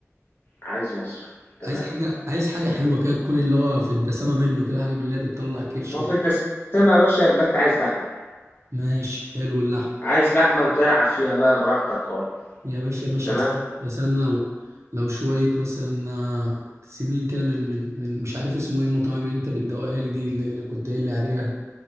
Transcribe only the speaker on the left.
عايز مصري تمام
ما هو
في الدسامه يا باشا يبقى انت عايز لحمه
عايز لحمه وتلعب فيها بقى براحتك خالص
تمام